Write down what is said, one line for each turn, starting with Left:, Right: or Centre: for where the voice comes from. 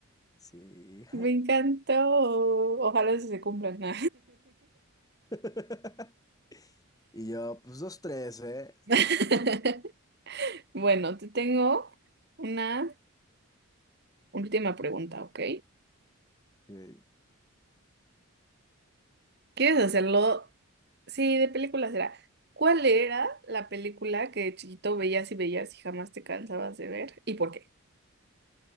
Left: Sí.
Right: Me encantó. Ojalá sí se cumplan. ¿no?
Left: <laughs> Y yo, pues dos, tres, ¿eh?
Right: <laughs> Bueno, te tengo una última pregunta, ¿ok?
Left: Ok.
Right: ¿Quieres hacerlo? Sí, de película será. ¿Cuál era la película que de chiquito veías y veías y jamás te cansabas de ver? ¿Y por qué? <laughs>